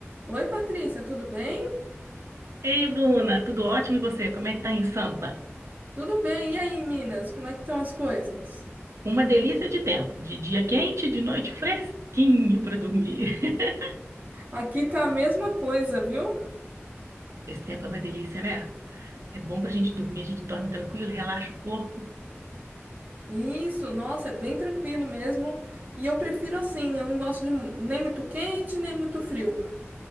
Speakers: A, on the right; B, on the right.
A: Oi, Patrícia, tudo bem?
B: Ei, Bruna, tudo ótimo e você? Como é que tá em Sampa?
A: Tudo bem. E aí, Minas, como é que estão as coisas?
B: Uma delícia de tempo, de dia quente, de noite fresquinho para dormir. <laughs>
A: Aqui tá a mesma coisa, viu?
B: Esse tempo é uma delícia, né? É bom pra gente dormir, a gente dorme tranquilo, relaxa o corpo.
A: Isso, nossa, é bem tranquilo mesmo. E eu prefiro assim, eu não gosto de mu- nem muito quente, nem muito frio.